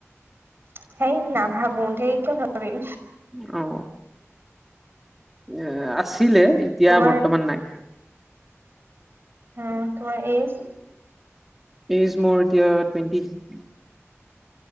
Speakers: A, on the right (about 50°); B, in the centre.
A: সেই না ভাবো ধেই কিয় ভাবিম
B: অ এ আছিলে এতিয়া
A: তোমাৰ
B: বৰ্তমান নাই।
A: উম তোমাৰ এজ।
B: এইজ মোৰ এতিয়া টুৱেণ্টি।